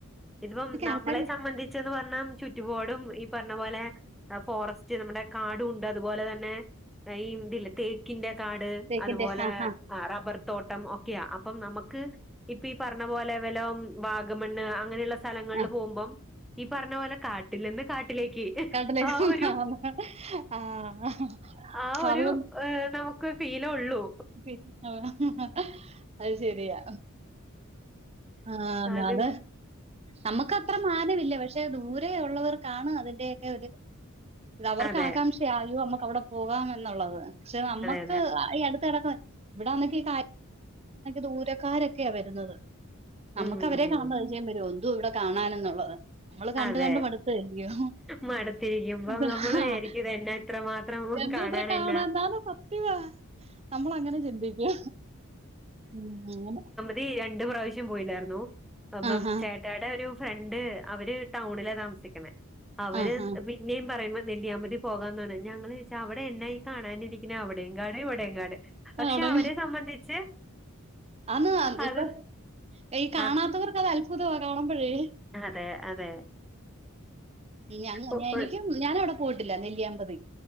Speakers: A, in the centre; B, on the right.
A: ഇതിപ്പം നമ്മളെ
B: ആൾക്കാര്
A: സംബന്ധി ച്ച് പ ർഞ്ഞാ ചുറ്റുപോടും ഈ പറ്ഞ്ഞ പോലെ ഫോറസ്റ്റ് നമ്മുടെ കാടുണ്ട് അതുപോലെ തന്നെ ഈ ഇതില്ലേ തേ ക്കിന്റെ കാട്
B: തേക്കിന്റെ
A: അതുപോലെ
B: ആഹ്
A: റബർ തോട്ടം ഒക്കെയ അപ്പം നമുക്ക് ഇപ്പ ഈ പറഞ്ഞ പോലെ വല്ലോ വാഗമണ്ണ് അങ്ങനെള്ള സ്ഥലങ്ങളിൽ
B: ആഹ്
A: പോകുമ്പം ഈ പറഞ്ഞ പോലെ കാട്ടിൽ നിന്ന് കാട്ടിലേക്ക്
B: <unintelligible>
A: ആ ഒരു
B: ആഹ്
A: ആ ഒരു
B: അതുകൊണ്ട്
A: നമുക്ക് ഫീലെ ഉള്ളൂ
B: <unintelligible> അത് ശരിയാ ആ
A: അത്
B: അതെ നമ്മക്കത്രെ മാനമില്ല പക്ഷെ ദൂരെ ഉള്ളവർക്കാണ് അതിന്റെയൊക്കെ ഒരു അവർക്ക്
A: അതെ
B: ആകാംക്ഷയ
A: അതെ
B: നമ്മുക്ക് അവിടെ പോകാം ന്നുള്ളത് പക്ഷെ നമ്മുക്ക്
A: അതെ
B: ഇ അടു <unintelligible> ഇവിടന്നക്ക ഈ ദൂരക്കാരൊക്കെയാ വരുന്നത് നമുക്ക്
A: ഉം
B: അവരെ കാണുമ്പോ പരിചയം വരോ എന്തുവാ ഇവിടെ കാണനെന്നുള്ളത് നമ്മള് കണ്ട്
A: അതെ
B: കണ്ട് മടുത്തല്ല്യോ
A: മടുത്തിരിക്കുമ്പം
B: അതാ
A: നമ്മള്
B: ആഹ്
A: വിചാരിക്കും ഇതെന്നാ ഇത്രമാത്രം
B: എന്തോത്ര
A: കാണാനെന്നാ
B: കാണാൻന്നാലും സത്യവാ നമ്മളങ്ങനെ ചിന്തിക്ക അങ്ങനെ
A: തി രണ്ട് പ്രാവശ്യം പോയിണ്ടാ യിരുന്നു അപ്പം
B: ആഹാ
A: ചേട്ടയിടെ ഒരു ഫ്രണ്ട്. അവര് ടൗണില താമസിക്കണ അവര്
B: ആഹാ
A: ന്നിം പറുമ്പോ നെല്ലിയാപതി പോകാന്നന്ന് ഞമ്മൾ വെച്ചാ അവിടെ എന്നായി കാണാനിരിക്കുന്ന അവടെ കാട് ഇവിടെ കാട് പക്ഷെ
B: അവിടെ
A: അവരെ സംബന്ധിച്ച്
B: അന്ന്
A: അത്
B: പ്പൊ ഈ കാണാത്തവർക്ക്
A: ആഹ്
B: അത് അത്ഭുതമാ കാണ്പഴേ
A: തെ അതെ
B: ഇല്ല്യ
A: ഒ
B: എനിക്കും
A: ഒ
B: ഞാനവിടെ പോയിട്ടില്ല നെല്ലിയാമ്പറി